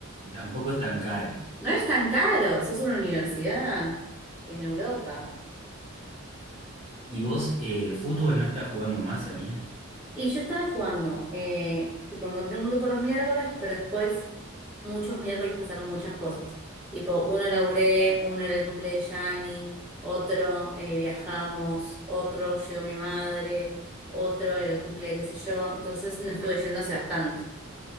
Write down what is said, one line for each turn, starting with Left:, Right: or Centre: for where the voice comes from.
Right: tampoco es tan caro.
Centre: No es tan caro, sos una universidad en Europa.
Right: ¿Y vos, eh, fútbol no estás jugando más, alina
Centre: Y yo estaba jugando, eh, tipo, encontré un grupo los miércoles, pero después muchos miércoles pasaron muchas cosas. Tipo, uno laburé, uno era el cumple de Yanni, otro eh, viajamos, otro llegó mi madre, otro era el cumple de qué sé yo. Entonces no estuve yendo hace bastante,